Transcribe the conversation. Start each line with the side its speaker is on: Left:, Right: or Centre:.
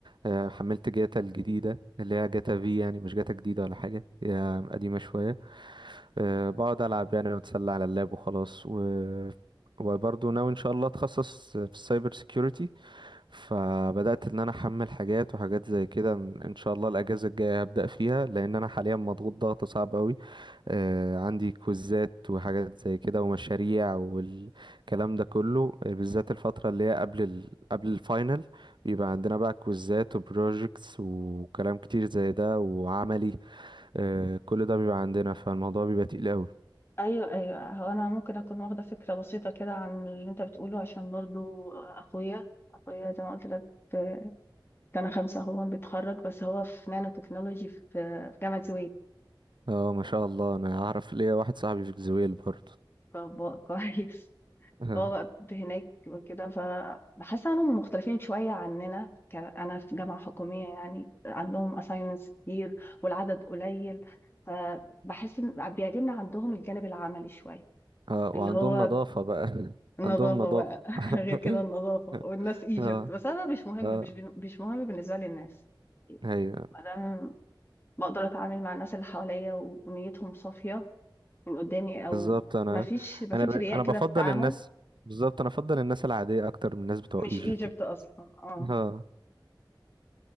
Right: أه حملت جاتا الجديدة اللي هي جاتا في يعني مش جاتا جديدة ولا حاجة هي قديمة شوية أه بقعد ألعب يعني وأتسلى على اللاب وخلاص و... وبرضه ناوي إن شاء الله أتخصص في السايبر سيكيورتي فبدأت إن أنا أحمل حاجات وحاجات زي كده إن إن شاء الله الأجازة الجاية هبدأ فيها لأن أنا حاليا مضغوط ضغط صعب أوي آه، عندي كوزات وحاجات زي كده ومشاريع والكلام ده كله آه، بالذات الفترة اللي هي قبل ال... قبل الفاينل بيبقى عندنا بقى كوزات وبروجيكتس وكلام كتير زي ده وعملي آه، كل ده بيبقى عندنا فالموضوع بيبقى تقيل قوي
Left: ايوه ايوه هو انا ممكن اكون واخده فكره بسيطه كده عن اللي انت بتقوله عشان برضو اخويا اخويا زي ما قلت لك في سنه خمسه هو بيتخرج بس هو في نانو تكنولوجي في في جامعه زويل
Right: اه ما شاء الله انا اعرف ليا واحد صاحبي في جزويل برضه
Left: فب- <laughs> كويس
Right: <laughs> اه
Left: هو بقى هناك وكده فبحس انهم مختلفين شويه عننا ك- انا في جامعه حكوميه يعني عندهم assignments كتير والعدد قليل فبحس ان بيعجبني عندهم الجانب العملي شويه
Right: آه،
Left: اللي
Right: وعندهم
Left: هو
Right: نظافة بقى <laughs>
Left: النظافة
Right: عندهم نظافة
Left: بقى <laughs>
Right: <laughs>
Left: غير كده النظافة والناس ايجيبت
Right: اه
Left: بس انا مش مهم
Right: اه
Left: مش بن- مش مهم بالنسبة لي الناس
Right: ايوه
Left: انا بقدر اتعامل مع الناس اللي حواليا و- ونيتهم صافية من قدامي او
Right: بالظبط انا
Left: ما فيش ما فيش
Right: انا ب...
Left: رياء
Right: انا
Left: كده
Right: بفضل
Left: في التعامل
Right: الناس بالظبط انا بفضل الناس العاديه اكتر من الناس بتوع
Left: مش
Right: ايجيبت
Left: ايجيبت اصلا اه
Right: ها